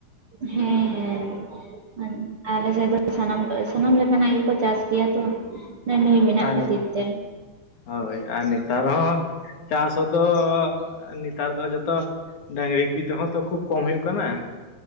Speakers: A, on the right; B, on the left.
A: ᱦᱮᱸ ᱦᱮᱸ ᱟᱞᱮ ᱥᱮᱫ ᱫᱚ ᱥᱟᱱᱟᱢ ᱥᱟᱱᱟᱢ ᱞᱮᱠᱟᱱᱟᱜ ᱜᱮᱠᱚ ᱪᱟᱥ ᱜᱮᱭᱟ ᱛᱚ ᱦᱮᱸ ᱱᱤᱭᱟᱹ ᱢᱮᱱᱟᱜ
B: ᱟᱨ
A: ᱠᱷᱟᱹᱛᱤᱨ ᱛᱮ
B: ᱦᱳᱭ ᱟᱨ ᱱᱮᱛᱟᱨ ᱦᱚᱸ ᱪᱟᱥᱫᱚ ᱱᱮᱛᱟᱨ ᱫᱚ ᱡᱚᱛᱚ ᱰᱟᱹᱝᱨᱤ <unintelligible> ᱛᱮᱦᱚᱸ ᱛᱚ ᱠᱷᱩᱵᱽ ᱠᱚᱢ ᱦᱩᱭᱩᱜ ᱠᱟᱱᱟ᱾